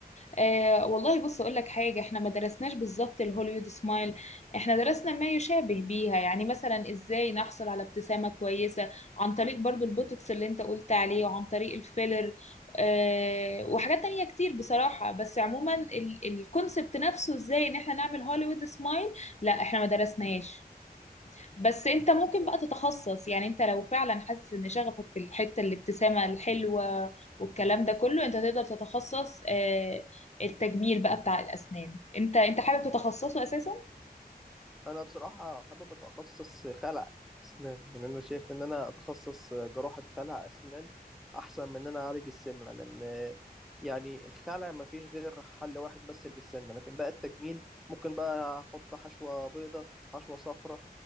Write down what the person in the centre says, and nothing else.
آه،
بس
انا بصراحه حابب اتخصص خلع اسنان يعني انا شايف ان انا اتخصص جراحه خلع اسنان احسن من ان انا اعالج السنه لان يعني الخلع ما فيش غير حل واحد بس للسنه لكن بقى التجميل ممكن بقى احط حشوه بيضه حشوه صفراء